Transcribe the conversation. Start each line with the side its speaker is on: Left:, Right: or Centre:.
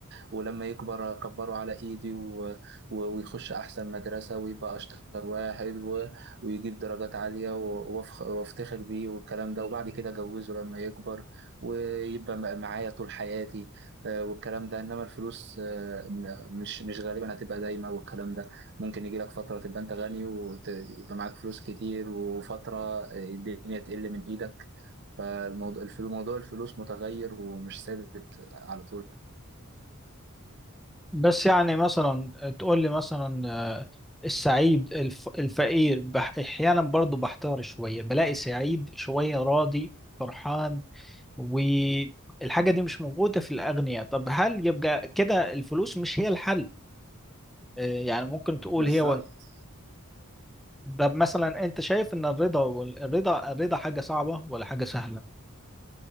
Right: ولما يكبر كبره على ايدي و... و... ويخش احسن مدرسة ويبقى اشطر واحد و... ويجيب درجات عالية و... وأفخ- وافتخر بيه والكلام ده وبعد كده اجوزه لما يكبر ويبقى مع- معايا طول حياتي آه، والكلام ده انما الفلوس آه، م- مش مش غالبا هتبقى دايما والكلام ده ممكن يجي لك فترة تبقى انت غني ويبقى معاك فلوس كتير وفترة آه، الدنيا تقل من ايدك فالموضوع الفلو- موضوع الفلوس متغير ومش ثابت على طول يعني
Centre: بس يعني مثلا تقول لي مثلا آه، السعيد الف الفقير بح- أحيانا برضو بحتار شوية بلاقي سعيد شوية راضي فرحان والحاجة دي مش موجودة في الأغنياء طب هل يبقى كده الفلوس مش هي الحل آه، يعني ممكن تقول
Right: بالظبط
Centre: هي و... طب مثلا أنت شايف إن الرضا والرضا الرضا الرضا حاجة صعبة ولا حاجة سهلة